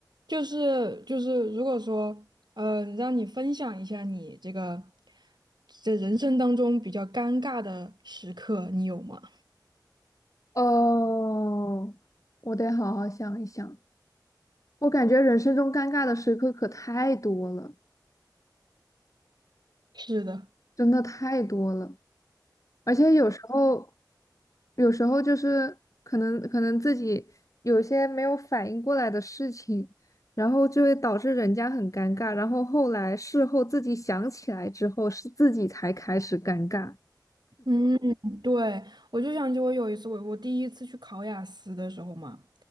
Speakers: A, on the right; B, on the left.
A: 就是就是，如果说呃，让你分享一下你这个这人生当中比较尴尬的时刻，你有吗？
B: 哦，我得好好想一想。我感觉人生中尴尬的时刻可太多了，
A: 是的，
B: 真的太多了。而且有时候，有时候就是可能可能自己有一些没有反应过来的事情，然后就会导致人家很尴尬。然后后来事后自己想起来之后，是自己才开始尴尬。
A: 嗯，对，我就想起我有一次，我我第一次去考雅思的时候嘛，